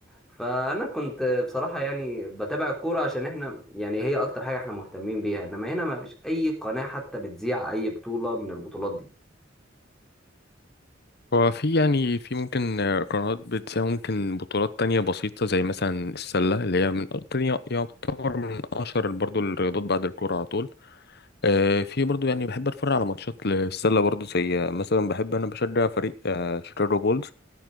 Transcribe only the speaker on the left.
هو في يعني في ممكن آه، قنوات بتساوي ممكن بطولات تانية بسيطة زي مثلا السلة اللي هي من تانية يعتبر من أشهر برضه الرياضات بعد الكورة على طول آه، في برضو يعني بحب اتفرج على ماتشات للسله برضو زي آه، مثلا بحب انا بشجع فريق آه، شيكاغو بولز